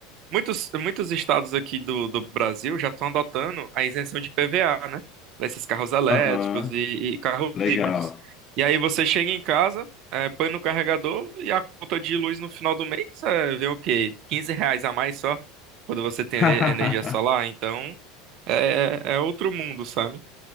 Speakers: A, on the right; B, on the left.
A: Muitos, muitos estados aqui do, do Brasil já estão adotando a isenção de PVA, né? Para esses carros elétricos
B: Aham.
A: e, e carros
B: Legal.
A: híbridos. E aí você chega em casa, eh, põe no carregador e a conta de luz no final do mês eh, vê o quê? quinze reais a mais só quando você tem
B: <laughs>
A: ene- energia solar. Então é, é é outro mundo, sabe?